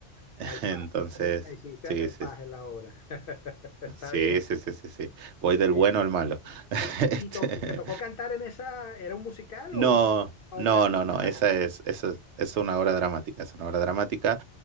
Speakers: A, on the right; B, on the left.
A: <laughs>
B: Caifás.
A: Entonces,
B: Ah, mira, hiciste
A: sí,
B: a Caifás
A: sí, sí.
B: en la obra. <laughs> Está
A: Sí,
B: bien,
A: sí, sí, sí, sí. Voy del
B: está bien.
A: bueno al malo. <laughs>
B: ¿Y,
A: Este,
B: y- y to- y te tocó cantar en esa, era un musical
A: no,
B: o era una obra
A: no, no, no.
B: dramática?
A: Esa es, esa es, es una obra dramática. Es una obra dramática.